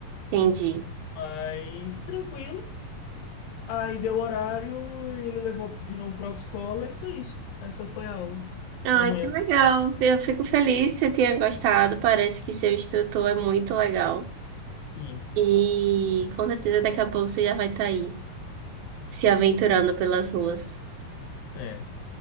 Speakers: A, on the right; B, on the left.
A: entendi.
B: Mas tranquilo. Aí deu horário, ele levou de novo para a escola e foi isso. Essa foi a aula.
A: Ai,
B: Amanhã
A: que legal.
B: tem mais.
A: Eu fico feliz que você tenha gostado. Parece que seu instrutor é muito legal.
B: Sim,
A: E com certeza daqui a pouco você já vai estar aí, se aventurando pelas ruas.
B: é.